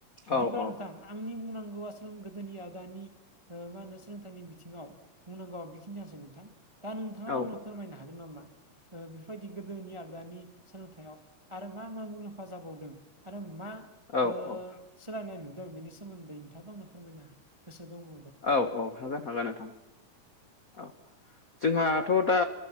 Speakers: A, on the right (about 20°); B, on the left (about 65°).
A: बिदिब्ला
B: औ औ
A: नोंथां आंनि बुंनांगौआसो गोदोनि आ दानि मा होनो सोलोंथाइनि बिथिङाव बुंनांगौ बेखिनि जानोासै नोंथां दा नोंथाङाबा
B: औ
A: आंनो फोरमायनो हागोन। हागोन नामा बेफोरबायदि गोदोनि आरो दानि सोलोंथाइयाव आरो मा मा मुलाम्फा जाबावदों आरो मा।
B: औ
A: ओ
B: औ।
A: सोलायनाय नुदों बेनि सोमोन्दै नोंथाबा आंनो फोरमायना गोसो दङ।
B: औ औ हागोन हागोन नोंथां औ। जोंहाथ' दा